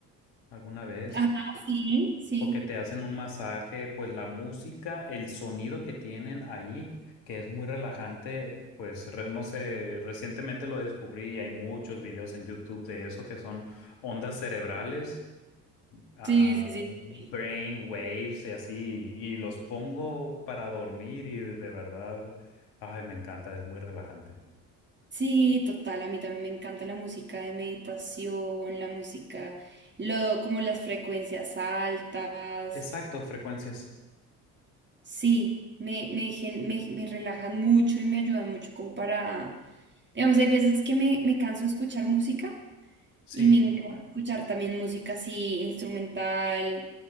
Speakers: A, on the left; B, on the right.
A: alguna vez.
B: Ajá, sí, sí.
A: o que te hacen un masaje, pues la música, el sonido que tienen ahí, que es muy relajante, pues re- no sé, recientemente lo descubrí y hay muchos videos en YouTube de eso que son ondas cerebrales, ah,
B: Sí, sí, sí.
A: brain
B: Sí,
A: waves y así, y, los pongo para dormir y de, de verdad, ay, me encanta, es muy relajante.
B: Sí, total, a mí también me encanta la música de meditación, la música, lo, como las frecuencias altas.
A: Exacto, frecuencias.
B: Sí, me, me, gen- me, me relajan mucho y me ayudan mucho como para, digamos, hay veces que me, me canso de escuchar música
A: Sí,
B: y me encanta escuchar también música así instrumental,